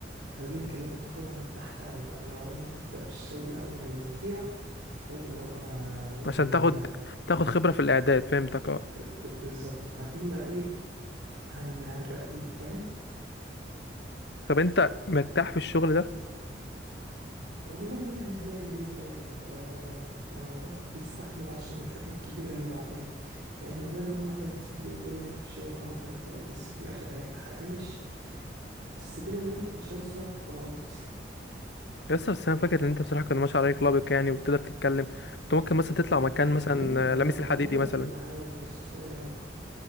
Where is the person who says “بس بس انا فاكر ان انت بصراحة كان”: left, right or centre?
Left